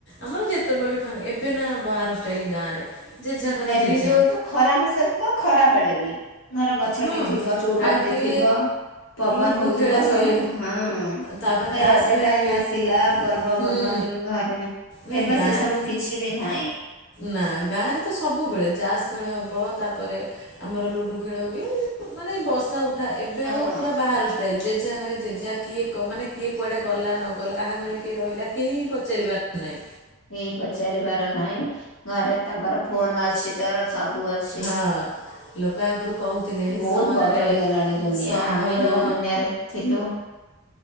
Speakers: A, on the left (about 50°); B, on the left (about 75°).
A: ଆମର ଯେତେବେଳେ ବି ଫା ଏବେ ନା ବାହାର ଷ୍ଟାଇଲ ଗାଁରେ। ଜେଝା ଘରେ
B: ଏବେ
A: ଜେଝା
B: ଯୋଉ ତ ଖରା ମସାରେ ତ ଖରା ବେଳେ ବି। ଧର ଗଛଟେ
A: ହଁ
B: ଥିବ ଚଉପଟଟେ
A: ଆଗେ
B: ଥିବ। ପବନ
A: ଲୁଡ଼ୁ
B: ହଉଥିବ
A: ଖେଳା ହୁଏ।
B: ସବୁ ହଁ
A: ତାପରେ
B: ଏ
A: ତାସ୍
B: ରଜ
A: ଖେଳା
B: ଟାଇମ
A: ହୁଏ
B: ଆସ ଥିଲା ପର୍ବପର୍ବାଣି
A: ହୁଁ
B: ଘରେ।
A: ନାଇଁ
B: ଏବେ
A: ଗାଁରେ
B: ସେ ସବୁ କିଛି ବି ନାହିଁ।
A: ନା ଗାଁରେ ତ ସବୁବେଳେ ଚାସ୍ ଖେଳ ହବ ତାପରେ ଆମର ଲୁଡ଼ୁ ଖେଳ ହୁଏ ମାନେ ବସା ଉଠ ଠା ଏବେ
B: ହଁ
A: ଆଉ ପୁରା ବାହାର। ଯେଝା ଘରେ ଯେଝା କିଏ ମାନେ କିଏ କୁଆଡେ ଗଲା ନ ଗଲା କାହା ଘରେ କିଏ ରହିଲା କେହି ହିଁ ପଚାରିବାର। ନାଇଁ।
B: ଏଇ ପଚାରିବାର ନାହିଁ ଘରେ ତାଙ୍କର ଫୋନ ଅଛି। ତାର ସବୁ ଅଛି।
A: ହଁ ଲୋକ ଆଗରୁ କହୁଥିଲେ
B: ବହୁତ
A: ସହରରେ
B: ବଦଳି ଗଲାଣି ଦୁନିଆ
A: ସହର
B: ଆମେ ଯୋଉ ଦୁନିଆରେ ଥିଲୁ।